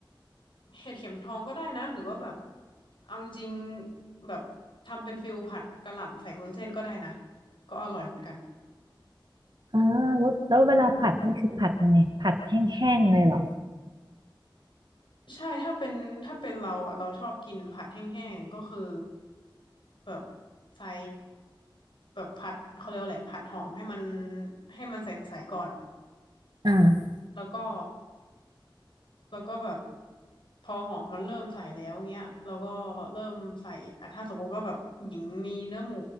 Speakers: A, on the left; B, on the right.
A: เห็ดเข็มทองก็ได้นะ หรือว่าแบบเอาจริงๆแบบทำเป็นฟิลผัดกะหล่ำใส่วุ้นเส้นก็ได้นะ ก็อร่อยเหมือนกัน
B: อ่าแล้วแล้วเวลาผัดนี่คือผัดยังไงผัดแห้งๆเลยเหรอ
A: ใช่ ถ้าเป็นถ้าเป็นเราอ่ะเราชอบกินผัดแห้งๆก็คือแบบใส่แบบผัดเขาเรียกว่าอะไรผัดหอมให้มันให้มันใสๆก่อน
B: อ่า
A: แล้วก็แล้วก็แบบพอหอมมันเริ่มใส่แล้วเงี้ยเราก็เริ่มใส่อ่ะถ้าสมมุติว่าแบบหญิงมีเนื้อหมู